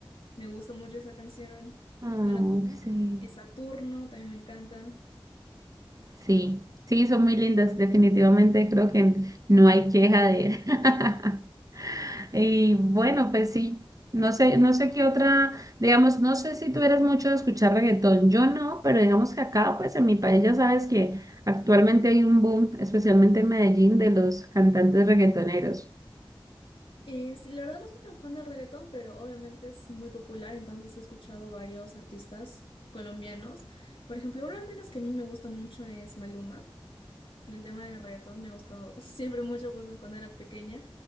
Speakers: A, on the left; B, on the right.
A: Me gusta mucho esa canción.
B: Ay,
A: Bueno, también
B: sí.
A: es Saturno, también me encanta.
B: Sí, sí, son muy lindas, definitivamente creo que no hay queja de él. <laughs> Y bueno, pues sí, no sé, no sé qué otra, digamos, no sé si tú eres mucho de escuchar reggaetón, yo no, pero digamos que acá, pues en mi país ya sabes que actualmente hay un boom, especialmente en Medellín, de los cantantes reggaetoneros.
A: Eh, sí, la verdad no soy tan fan del reggaetón, pero obviamente es muy popular, entonces sí he escuchado varios artistas colombianos. Por ejemplo, uno al menos que a mí me gusta mucho es Maluma. En el tema del reggaetón me ha gustado <laughs> siempre mucho pues, ¿no? cuando era pequeña,